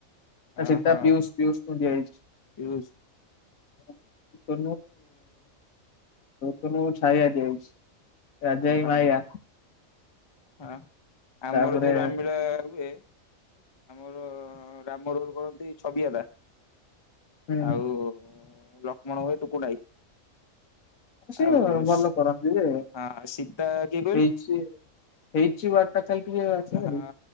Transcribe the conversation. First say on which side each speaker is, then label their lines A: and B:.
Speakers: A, on the left; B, on the left.
A: ଓହୋ
B: ସୀତା ପିୟୁଷ ପିୟୁଷ କୁ ଦିଆଯାଇଛି।
A: ପିୟୁଷ
B: <unintelligible> ତୁୁ ଛାଇଆ ଦିଆହେଇଛି। ରଜାଇ
A: ଓହ
B: ମାୟା।
A: ହଁ ଆମର
B: ତାପରେ
A: ଯୋଉ ରାମ ଲୀଳା ହୁଏ। ଆମର ରାମ ରୋଲ କରନ୍ତି ଛବି ହେଲା।
B: ହୁଁ
A: ଆଉ ଲକ୍ଷ୍ମଣ ହୁଏ ଟୁକୁନୁଆଇ।
B: ସେ
A: ଆଉ
B: ଭଲ
A: ସି
B: କରନ୍ତି ଯେ
A: ଆ ଶୀତା କିଏ କାଇଲୁ
B: ହେଇଛି ହେଇଛି ୱାର୍ଡ ଟା ଖାଲି ଟିକେ ଅଛି ଭାରି
A: ହଁ